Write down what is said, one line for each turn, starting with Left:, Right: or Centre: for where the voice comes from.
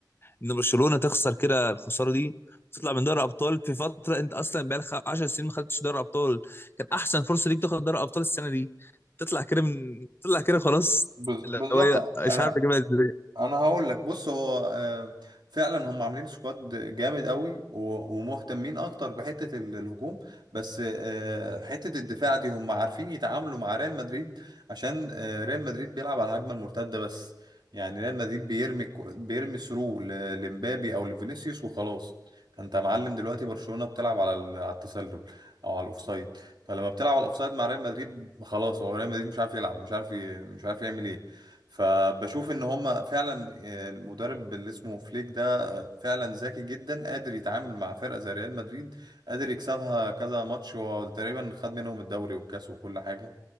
Left: ان برشلونه تخسر كده الخساره دي تطلع من دوري ابطال في فتره انت اصلا بقالك خ- 10 سنين ما خدتش دوري ابطال كان احسن فرصه ليك تاخد دوري ابطال السنه دي تطلع كده من تطلع كده خلاص
Right: بز-
Left: اللي
Right: بالظبط
Left: هو إيه، مش
Right: انا
Left: عارف اجيبها ازاي
Right: انا هقول لك بص هو آه، فعلا هم عاملين سكواد جامد قوي و- ومهتمين اكتر بحته ال- الهجوم بس آه، حته الدفاع دي هم عارفين يتعاملوا مع ريال مدريد عشان آه، ريال مدريد بيلعب على الهجمه المرتده بس يعني ريال مدريد بيرمي كو- بيرمي ثرو ل- لمبابي او لفينيسيوس وخلاص فانت يا معلم دلوقتي برشلونه بتلعب على ال- على التسلل او على الاوفسايد فلما بتلعب على الاوفسايد مع ريال مدريد خلاص هو ريال مدريد مش عارف يلعب مش عارف ي- مش عارف يعمل ايه فبشوف ان هم فعلا آه، المدرب اللي اسمه فليك ده آه، فعلا ذكي جدا قادر يتعامل مع فرقه زي ريال مدريد قادر يكسبها كذا ماتش وتقريبا خد منهم الدوري والكاس وكل حاجه